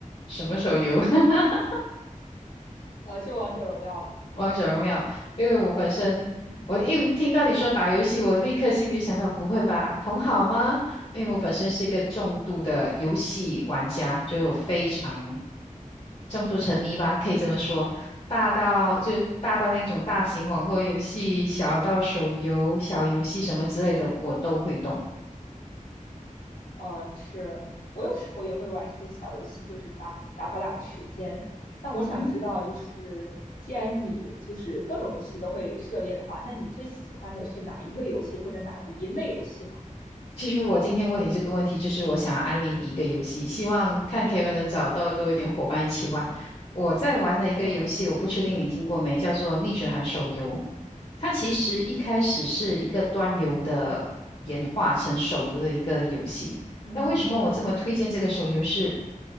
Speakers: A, on the left (about 45°); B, on the left (about 80°).
A: 什么手游？<laughs>
B: 呃就王者荣耀了，
A: 王者荣耀。
B: 对，
A: 因为我本身，
B: 嗯。
A: 我一听到你说打游戏，我立刻心里想到，不会吧，同好吗？因为我本身是一个重度的游戏玩家，就非常重度沉迷吧，可以这么说，大到就大到那种大型网络游戏，小到手游、小游戏什么之类的，我都会动。
B: 呃，是我有时候也会玩一些小游戏，就是打打发打发时间。但我想知道，
A: 嗯哼。
B: 就是既然你就是各种游戏都会涉猎的话，那你最喜欢的是哪一个游戏或者哪一类游戏吗？
A: 其实我今天问你这个问题，就是我想安利你一个游戏，希望看 k e v 能找到多一点伙伴一起玩。我在玩的一个游戏，
B: 嗯
A: 我不确定你听过没，叫做《逆水寒手游》。它其实一开始是一个端游的演化成手游的一个游戏。
B: 嗯
A: 那为什么我这么推荐这个手游是？